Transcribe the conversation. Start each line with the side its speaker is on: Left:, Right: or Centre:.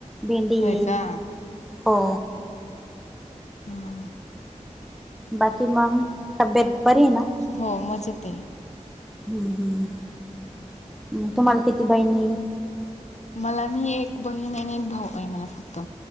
Centre: भेंडी
Left: होय
Centre: ए...
Left: का
Centre: हो.
Left: हा
Centre: बाकी मग तब्येत बरी आहे ना?
Left: हो मजेत आहे
Centre: हम्म हम्म्. तुम्हाला किती बहिणी?
Left: मला मी एक बहीण आणि एक भाऊ आहे मला फक्त.